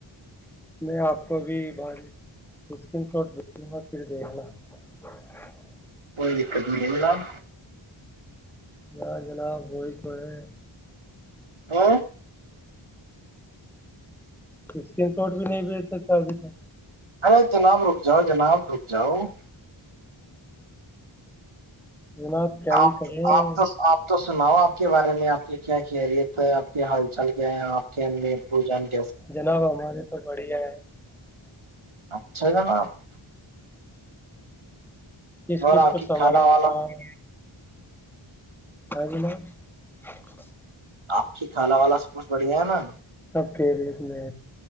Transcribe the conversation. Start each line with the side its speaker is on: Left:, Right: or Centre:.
Centre: میں آپ کو بھی بر اسکرین شاٹ د دوں گا پھر دیکھنا ہ <inaudible>
Right: کوئی دقت نہیں ہے ملب
Centre: ہ جناب وہی تو ہے
Right: ہ <unintelligible>
Centre: اسکرین شاٹ بھی نہیں بھیج سکتا ابھی تک
Right: ارے جناب رک جاؤ جناب رک جاؤ <unintelligible>
Centre: جناب کیا ہی
Right: آپ
Centre: کریں
Right: آپ تو آپ تو سناؤ آپ کے بارے بارے میں آپ کی کیا خیریت ہے آپ کے ہلال چل کیا ہے آپ کے پوجن <unintelligible>
Centre: جنا بہ مار بڑھیا ہے <unintelligible>
Right: اچھا جنا <unintelligible>
Centre: کس
Right: اور
Centre: کس
Right: آپ
Centre: کو
Right: کی
Centre: سمال
Right: کھانا
Centre: <unintelligible>
Right: والا
Centre: آ جنا <unintelligible>
Right: آپ کی کالا والا سب کچھ بڑھیا ہے نا
Centre: سب کے ریت میں